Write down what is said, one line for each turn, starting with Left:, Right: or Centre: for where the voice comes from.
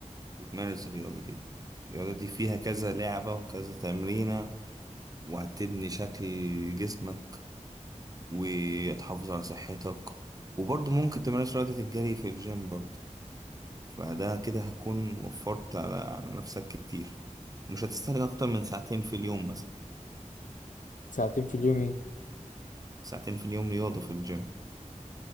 Right: وتمارس الرياضة دي الرياضة دي فيها كذا لعبة وكذا تمرينة وهتبني شكل جسمك وتحافظ على صحتك وبرضه ممكن تمارس رياضة الجري في الجيم برضه فده كده هتكون وفرت على على نفسك كتير مش هتستهلك أكتر من ساعتين في اليوم مثلا
Left: ساعتين في اليوم ايه
Right: ساعتين في اليوم رياضة في الجيم